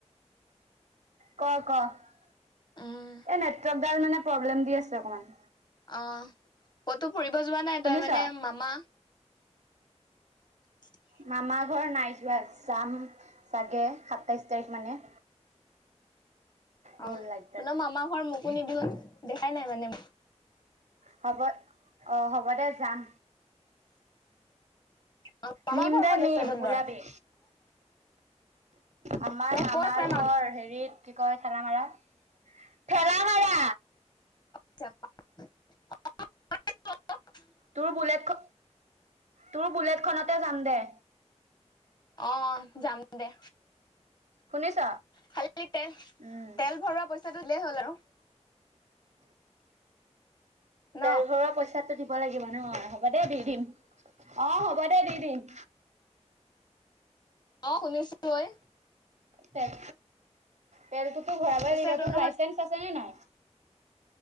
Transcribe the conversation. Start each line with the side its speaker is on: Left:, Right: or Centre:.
Right: ক ক এই
Left: উম
Right: নেটৱৰ্কডাল মানে প্ৰব্লেম দি আছে অকমান।
Left: আহ কইতো ফুৰিব যোৱা নাই
Right: শুনিছ?
Left: তই মানে মামা <unintelligible>
Right: মামাৰ ঘৰ নাই যোৱা যাম চাগে সাতাইশ তাৰিখ মানে
Left: <unintelligible>
Right: গ'ল
Left: অ
Right: লাইটডাল।
Left: তুন মামাৰ ঘৰ মোকো নিবি ক দেখাই নাই মানে
Right: হ'ব অ হ'ব দে যাম।
Left: মামাৰ
Right: নিম
Left: ঘৰ
Right: দা
Left: ক'ত
Right: নিম
Left: আছে তহঁতৰ
Right: ওলাবি। আমাৰ
Left: তাই
Right: মামাৰ
Left: ক'ত আছে
Right: ঘৰ হেৰিত কয় ঠেলা মাৰা ঠেলা মাৰা।
Left: <unintelligible>
Right: তোৰ বুলেট তোৰ বুলেটখনতে যাম দে।
Left: অ যাম দে।
Right: শুনিছ
Left: খালি তেল
Right: উম
Left: তেল ভৰোৱা পইচাটো দিলেই হ'ল আৰু <unintelligible> ন
Right: তেল ভৰোৱা পইচাটো দিব। লাগিব ন হ'ব দে দি দিম অ হ'ব দে দি দিম।
Left: অ শুনিছো ঐ।
Right: তেল তেলটোতো ভৰাবই
Left: পিছে
Right: লাগিব
Left: তহঁতৰ
Right: তোৰ লাইচেন্ঞ্চ আছে নে নাই।